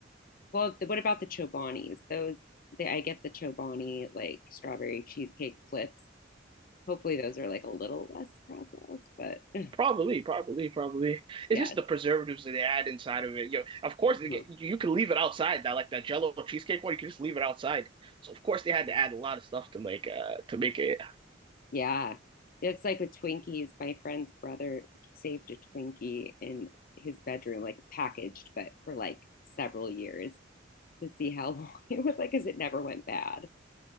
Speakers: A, on the left; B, on the right.
A: Well, the, what about the Chobanis? Those, the, I get the Chobani like strawberry cheesecake flips. Hopefully, those are like a little less processed, but <laughs>
B: Probably, probably, probably.
A: yes.
B: It's just the preservatives that they add inside of it. You know, of course,
A: Mhm.
B: they get, you can leave it outside. That like that Jello cheesecake one, you can just leave it outside. So of course they had to add a lot of stuff to make uh to make it.
A: Yeah. It's like with Twinkies. My friend's brother saved a Twinkie in his bedroom, like packaged, but for like several years to see how long <laughs> it was like, because it never went bad.